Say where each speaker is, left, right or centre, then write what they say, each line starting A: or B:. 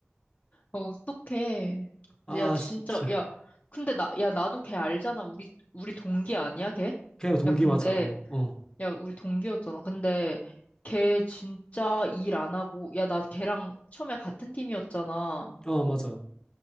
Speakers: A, on the left; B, on the left.
A: 어, 어떡해.
B: 아
A: 야, 진짜,
B: 진짜
A: 야, 근데 나, 야, 나도 걔 알잖아. 우리, 우리 동기 아니야, 걔?
B: 걔가 동기
A: 야, 근데,
B: 맞아. 어 어
A: 야, 우리 동기였잖아. 근데, 걔 진짜 일 안 하고, 야, 나 걔랑 처음에 같은 팀이었잖아.
B: 어 맞아.